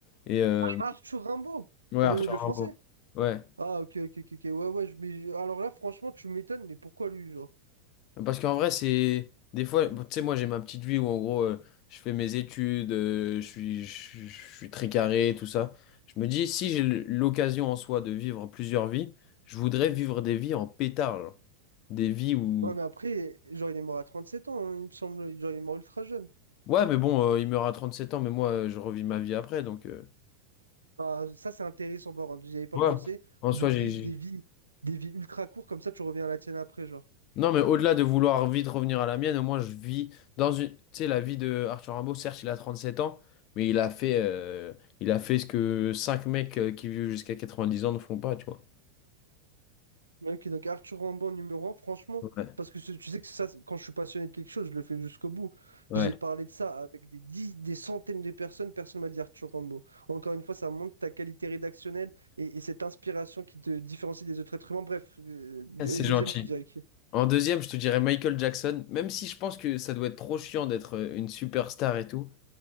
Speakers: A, on the left (about 40°); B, on the right (about 80°).
A: Et euh,
B: Arthur Rimbaud,
A: ouais,
B: le,
A: Arthur
B: le
A: Rimbaud.
B: français.
A: Ouais.
B: Ah, ok, ok, ok, ok. Ouais, ouais, je- mais je- alors là, franchement, tu m'étonnes, mais pourquoi lui, genre?
A: Parce qu'en vrai, c'est. Des fois, bon, tu sais, moi, j'ai ma petite vie où, en gros, euh, je fais mes études, euh, je suis, je, je je suis très carré, tout ça. Je me dis, si j'ai l'occasion en soi de vivre plusieurs vies, je voudrais vivre des vies en pétard. genre. Des vies où.
B: Ouais, mais après, genre, il est mort à 37 ans, hein, il me semble, genre, il est mort ultra jeune.
A: Ouais, mais bon, euh, il meurt à 37 ans, mais moi, euh, je revis ma vie après, donc. euh,
B: Ah, ça, c'est intéressant, par contre, j'y avais pas
A: Ouais.
B: pensé
A: En soi,
B: de vivre
A: j'ai. j'ai-
B: des vies, des vies ultra courtes, comme ça, tu reviens à la tienne après, genre.
A: Non, mais au-delà de vouloir vite revenir à la mienne, au moins je vis dans une. Tu sais, la vie de Arthur Rimbaud, certes, il a 37 ans, mais il a fait, euh, il a fait ce que cinq mecs euh, qui vivent jusqu'à 90 ans ne font pas, tu vois.
B: Ok, donc Arthur Rimbaud numéro un franchement,
A: Ouais,
B: parce que ce- tu sais que ça, c'est- quand je suis passionné de quelque chose, je le fais jusqu'au bout.
A: ouais.
B: J'ai parlé de ça avec des dix- des centaines de personnes, personne m'a dit Arthur Rimbaud. Encore une fois, ça montre ta qualité rédactionnelle et, et cette inspiration qui te différencie des autres êtres humains. Bref, euh,
A: <laughs> C'est
B: et deuxième,
A: gentil.
B: tu dirais qui?
A: En deuxième, je te dirais Michael Jackson, même si je pense que ça doit être trop chiant d'être euh, une superstar et tout.